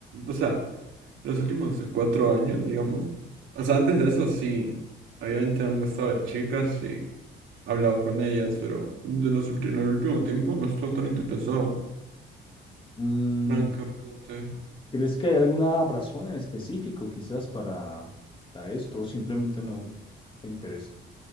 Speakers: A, on the right; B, on the left.
A: o sea, Los últimos cuatro años, digamos. O sea, antes de eso sí. Obviamente me han gustado chicas y he hablado con ellas, pero de los últimos, en el último tiempo no estoy tan interesado,
B: Mm,
A: francamente.
B: ¿Crees que hay alguna razón en específico quizás para, para esto o simplemente no te interesa?